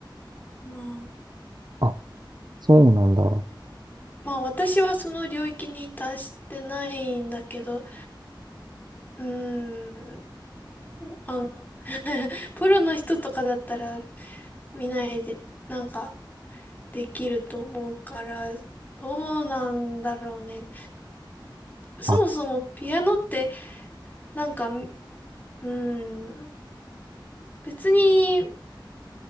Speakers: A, on the left (about 20°); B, on the right (about 55°).
A: まあ、
B: あ、そうなんだ。あ
A: まあ、私はその領域に達してないんだけど、うーん、あの、<laughs> プロの人とかだったら見ないで、なんか、できると思うから、どうなんだろうね。そもそもピアノって、
B: あ、あ
A: なんか、うーん、別に、